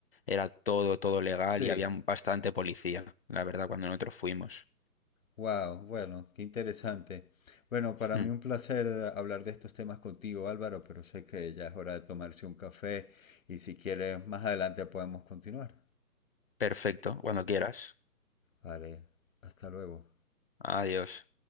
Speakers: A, on the left; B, on the left.
A: era todo, todo legal
B: sí.
A: y había bastante policía, la verdad, cuando nosotros fuimos.
B: Wow, bueno, qué interesante. Bueno, para
A: Hmm.
B: mí un placer hablar de estos temas contigo, Álvaro, pero sé que ya es hora de tomarse un café y si quieres, más adelante podemos continuar.
A: Perfecto, cuando quieras.
B: Vale, hasta luego.
A: Adiós.